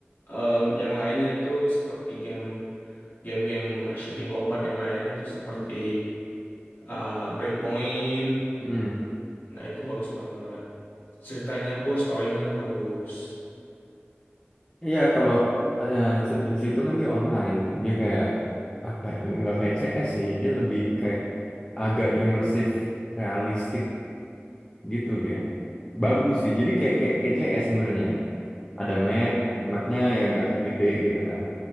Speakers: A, on the left; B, on the left.
A: eh, yang lainnya itu seperti game game-game shooting combat yang lainnya tuh seperti
B: Hmm.
A: eh, Breakpoint.
B: Hmm.
A: Nah, itu bagus banget. Ceritanya pun story-nya bagus.
B: iya kalau eh, Insurgency itu kan dia online dia kayak apa ya nggak kayak CS sih dia lebih kayak agak imersif realistik gitu dia bagus sih jadi kayak kayak, kayak CS sebenarnya ada map mapnya ya nggak gede gitu kan